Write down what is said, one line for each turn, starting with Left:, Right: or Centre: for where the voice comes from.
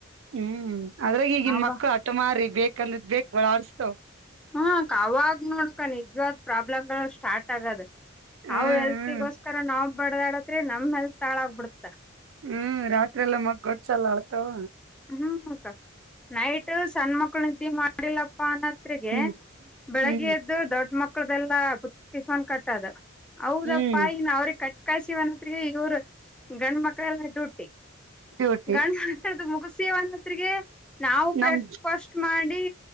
Right: ಹ್ಮ್ ಅದ್ರಾಗ ಈಗನ್
Centre: ಅವ
Right: ಮಕ್ಳು ಆಟ ಮಾರಿ ಬೇಕಂದ್ ಬೇಕಕ್ ಬಳ ಆಡ್ಸ್ತಾವ್
Centre: ಹ್ಮ ಕಾವಾಗ ನೋಡಕ ನಿಜವಾದ್ ಪ್ರಾಬ್ಲಮಗಳು ಸ್ಟಾರ್ಟ್ ಆಗದ
Right: ಹ್ಮ್
Centre: ಅವ್ ಹೆಲ್ತಿಗೋಸ್ಕರ
Right: ಹ್ಮ್
Centre: ನಾವ್ ಬಡದಾಡತ್ರಿ ನಮ್ ಹೆಲ್ತ್ ತಾಳಾಗ ಬಿಿಡ್ತ
Right: ಹ್ಮ್ ರಾತ್ರಿ ಎಲ್ಲ ಮಗ್ ಗಡ್ಸ ಎಲ್ಲ ಆಳ್ತಾವ
Centre: ಹ್ಮ್ ನೈಟ್ ಸಣ್ಣ ಮಕ್ಳು ಇದ್ದಿ ಮಾಡಿಲ್ಲಪ್ಪ ಅನ್ನ ಜತ್ಗೆ
Right: ಹ್ಮ್
Centre: ಬೆಳಗ್ಗೆ
Right: ಹ್ಮ್
Centre: ಎದ್ದು ದೊಡ್ಡ ಮಕ್ಕಳು ಟಿಫನ್ ಕಟ್ಟೋದು ಹೌದಪ್ಪಾ
Right: ಹ್ಮ್
Centre: ಇನ್ ಅವ್ರಿಗೆ ಕಟ್ಕಾಸಿವನತ್ಿಗೆ ಇವ್ರ ಗಂಡ ಮಕ್ಳಲ್ಲ ಡೂಟಿ
Right: ಡ್ಯೂಟಿ
Centre: ಗಂಡ ಮುಗ್ಸಿಮೆ ಅನ್ನೋದೊಟ್ಟಿಗೆ ನಾವು
Right: ನಮ್
Centre: ಬ್ರೇಕ್ಫಾಸ್ಟ್ ಮಾಡಿ